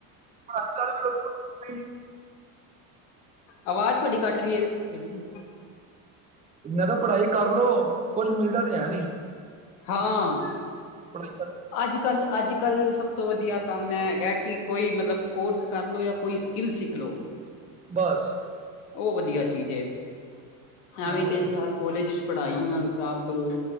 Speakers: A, on the right; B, on the left.
A: ਪੜਾਈ ਕਰ ਕੋਈ ਮੈਂ
B: ਆਵਾਜ਼ ਤੁਹਾਡੀ ਕੱਟ ਰਹੀ ਹੈ, ਜੀ।
A: ਮੈਂ ਕਿਆ, ਪੜ੍ਹਾਈ ਕਰਲੋ। ਕੁੱਝ ਮਿਲਦਾ ਤੇ ਹੈ ਨੀ,
B: ਹਾਂ
A: ਪੜਾਈ ਕਰ।
B: ਅੱਜ ਕੱਲ੍ਹ, ਅੱਜ ਕੱਲ੍ਹ ਸਭ ਤੋਂ ਵਧੀਆ ਕੰਮ ਇਹ ਹੈਗਾ ਕਿ ਕੋਈ ਮਤਲਬ ਕੋਰਸ ਕਰ ਲਉ ਜਾਂ ਕੋਈ ਸਕਿਲ ਸਿਖ ਲਓ।
A: ਬਸ।
B: ਉਹ ਵਧੀਆ ਚੀਜ਼ ਏ,
A: ਹਾਂ
B: ਐਵੇਂ
A: ਉਹ
B: ਤਿੰਨ
A: ਤੇ
B: ਸਾਲ
A: ਹੈ
B: ਕੋਲੇਜ ਚ ਪੜ੍ਹਾਈ ਨਾਲ, ਖ਼ਰਾਬ ਕਰੋ।